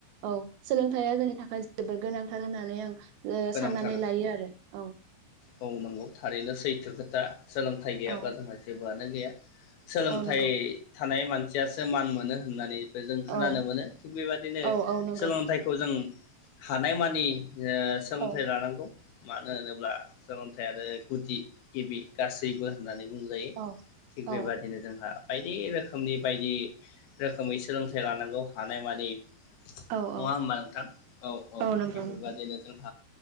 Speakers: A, on the right; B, on the left.
A: औ सोलोंथाया जोंनि थाखायबो जोबोर गोनांथार होना माने आं
B: गोनांथार
A: साननानै लायो आरो औ
B: मावनांगौ थारैनो सैथो खोथा सोलोंथाइ गैयाब्ला
A: औ
B: जोंहा जेबोआनो गैया सोलोंथाइ
A: औ नंगौ
B: थानाय मानसियासो मान मोनो होननानै बे जों खोनानो
A: औ
B: मोनो थिग बेबादिनो
A: औ औ नंगौ
B: सोलोंथाइखौ जों हानायमानि ओह सोलोंथाइ
A: औ
B: लानांगौ मानो होनोब्ला नाथाय आरो गुदि गिबि गासैबो होननानै बुंजायो
A: औ
B: थिग
A: औ
B: बेबादिनो जोंहा बायदि रोखोमनि बायदि रोखोमै सोलोंथाइ लानांगौ हानायमानि
A: औ
B: नङा
A: औ
B: होमबा नोंथां औ औ
A: नंगौ
B: थिग बेफोर
A: नोंथां
B: बादिनो जों ओ